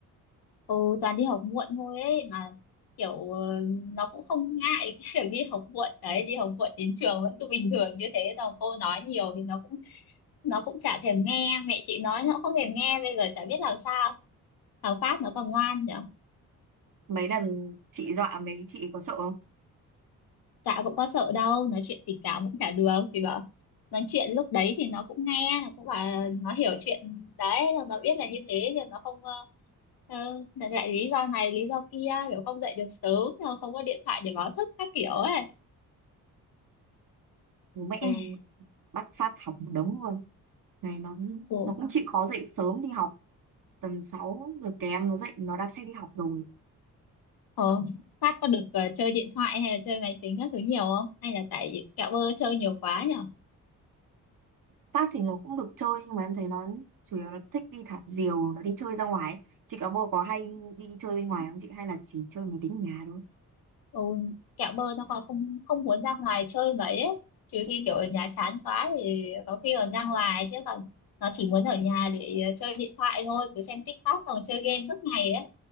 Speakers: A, on the left; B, on the right.
A: ừ, toàn đi học muộn thôi ấy mà kiểu ờ, nó cũng không ngại <laughs> cái việc đi học muộn đấy đi học muộn đến trường vẫn cứ bình thường như thế đâu cô nói nhiều thì nó cũng nó cũng chả thèm nghe mẹ chị nói nó cũng không thèm nghe bây giờ chả biết làm sao thằng Phát nó còn ngoan nhở
B: Mấy lần chị dọa mấy chị có sợ không?
A: dạ cũng có sợ đâu nói chuyện tình cảm cũng chả được thì bảo nói chuyện lúc đấy thì nó cũng nghe nó cũng bảo nó hiểu chuyện đấy rồi nó biết là như thế nhưng nó không ờ, Ừ, lại lý do này lý do kia kiểu không dậy được sớm rồi không có điện thoại để báo thức các kiểu ấy
B: Bố Mẹ em
A: Ai,
B: bắt phát học một đống luôn. này nó
A: Ủa,
B: nó cũng chịu khó dậy sớm đi học tầm 6 giờ kém nó dậy nó đạp xe đi học rồi
A: ờ, Phát có được ờ, chơi điện thoại hay là chơi máy tính các thứ nhiều không? Hay là tại kẹo bơ chơi nhiều quá nhở?
B: Tát thì nó cũng được chơi nhưng mà em thấy nó chủ yếu nó thích đi thả diều nó đi chơi ra ngoài ấy. chị cả bồ có hay đi chơi bên ngoài không chị hay là chỉ chơi máy tính ở nhà thôi
A: Ừ, kẹo bơ nó còn không không muốn ra ngoài chơi mấy ấy. Trừ khi kiểu ở nhà chán quá thì có khi còn ra ngoài chứ còn nó chỉ muốn ở nhà để ờ, chơi điện thoại thôi, cứ xem TikTok xong rồi chơi game suốt ngày ấy.